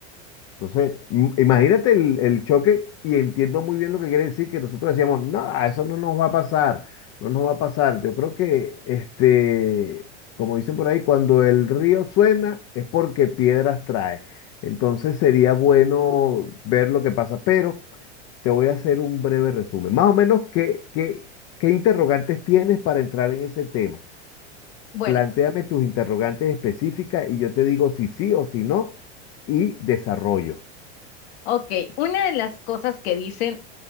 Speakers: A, on the left (about 45°); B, on the left (about 65°).
A: Entonces, im- imagínate el, el choque y entiendo muy bien lo que quiere decir que nosotros decíamos, no, eso no nos va a pasar, no nos va a pasar. Yo creo que, este, como dicen por ahí, cuando el río suena es porque piedras trae. Entonces sería bueno ver lo que pasa, pero te voy a hacer un breve resumen. Más o menos, ¿qué, qué, qué interrogantes tienes para entrar en ese tema?
B: Bueno.
A: Plantéame tus interrogantes específicas y yo te digo si sí o si no y desarrollo.
B: Ok, una de las cosas que dicen